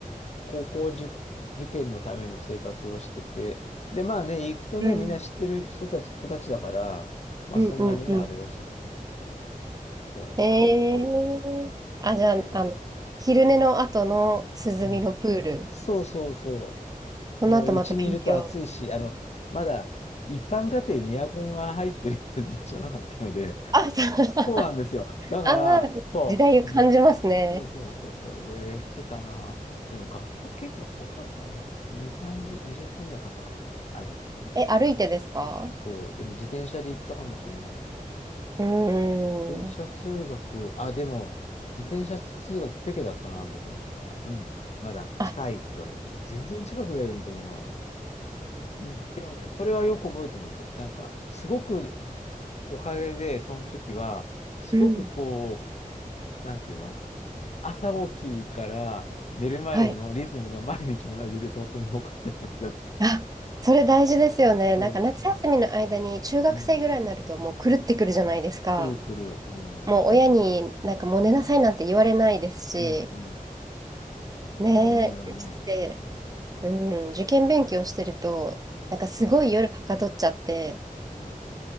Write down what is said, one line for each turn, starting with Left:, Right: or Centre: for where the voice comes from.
Left: 高校受、受験のための生活をしてて、で、まあね、行くとね、
Right: うん。
Left: みんな知ってる人たち、子たちだから、まあそんなにね、
Right: うんうんうん。
Left: あれだしとそうそうそ
Right: えー、あ、じゃあ、
Left: う。ね
Right: あの、昼寝の後の涼みのプール。
Left: え。うん。そうそうそ
Right: その後また勉強。
Left: う。もううちにいると暑いし、あの、まだ一般家庭にエアコンが入ってるような時代じゃなかったので、
Right: あ、そう。<laughs>
Left: そうなんですよ。だから、
Right: あー、
Left: そう、
Right: 時代を感じますね。
Left: もう、そうそうそう、それでしてたな。でも学校結構遠かったな。2、30、20分ぐらいかかったかな。歩いて。
Right: え、歩いてですか
Left: そう、でも自転車で行ったかもしれない。
Right: うー
Left: 自転車通学、
Right: ん。
Left: あ、でも、自転車通学ペケだったな、僕のとこから。うん。まだ近いって言われて、
Right: あ
Left: 全然近くだよりと思いながらね。うん。でもね、それはよく覚えてます。なんか、すごく、おかげで、その時は、すごくこう、
Right: うん。
Left: なんていうの朝起きから寝るまでのリズムが毎日同じでとっても良かったような気がする。
Right: はい。あ、それ大事ですよね。
Left: そ
Right: なんか夏休みの間に中学生ぐらいになるともう狂ってくるじゃないですか。
Left: う。うん。うん。くるくる、うん。
Right: もう親になんかもう寝なさいなんて言われないですし、
Left: うん。うん。
Right: ねえ、
Left: 言われない言われない。
Right: まして、
Left: うん、
Right: うん、受験勉強してると、なんかすごい夜はかどっちゃって、
Left: そう、そう。